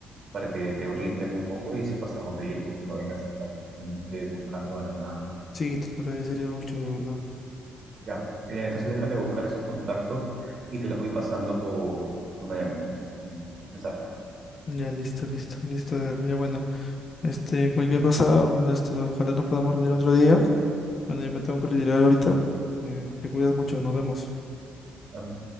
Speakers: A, on the right; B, on the left.
A: para que te orienten un poco y sepas a dónde ir, pues si no vengas a estar simplemente buscando a la nada.
B: Sí, te lo agradecería mucho, de verdad.
A: Ya, Elian, entonces déjame buscar estos contactos y te los voy pasando por, por una llam- en- en mensaje.
B: Ya, listo, listo, listo. Eder. Ya, bueno, este, cualquier cosa, este, nos- ojalá nos podamos reunir otro día. Bueno, ya me tengo que retirar ahorita. Eh, te cuidas mucho, nos vemos.
A: ¿vale?